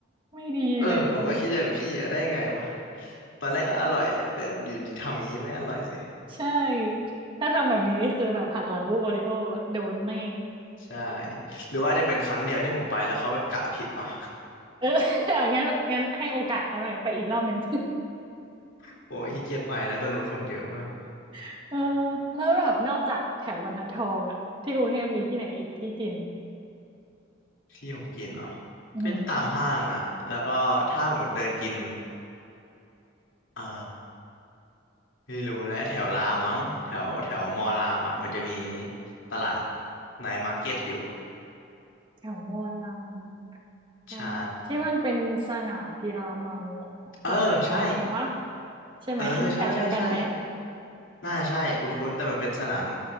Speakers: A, on the right (about 25°); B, on the left (about 80°).
A: ไม่ดีเลย
B: <laughs> เออผมก็คิดอย่างพี่อะได้ไงวะตอนแรกก็อร่อยแหละแต่อยู่ดีทำอย่างนี้ไม่อร่อยเลย
A: ใช่ถ้าทำแบบนี้นี่คือแบบหักหลังผู้บริโภคอะโดนแน่
B: ใช่หรือว่าอาจจะเป็นครั้งเดียวที่ผมไปแล้วเขาแบบกะผิดวะ
A: เออ <laughs> งั้นงั้นให้โอกาสเขาหน่อยไปอีกรอบหนึ่ง
B: <laughs> โอ้ยขี้เกียจไปแล้วตอนนู้นคนเยอะมาก
A: <laughs> เออแล้วแบบนอกจากแถวบรรทัดทองอะที่กรุงเทพมีที่ไหนอีกที่กิน
B: ที่ผมกินเนาะ
A: อืม
B: ก็ตามห้างอ่ะแล้วก็ถ้าหมดเดินกินเอ่อไม่รู้แหละแถวรามมั้งแถวแถวมอรามอ่ะมันจะมีตลาดไนท์มาร์เก็ตอยู่
A: แถวมอลรามรามที่มันเป็นสนามกีฬามัง
B: ใช่เออใช่
A: ราชวังวะใช่ไหมอันนั้นแถวเดียวกันไหม
B: เออใช่ใช่ใช่น่าใช่คุ้นๆแต่มันเป็นสนาม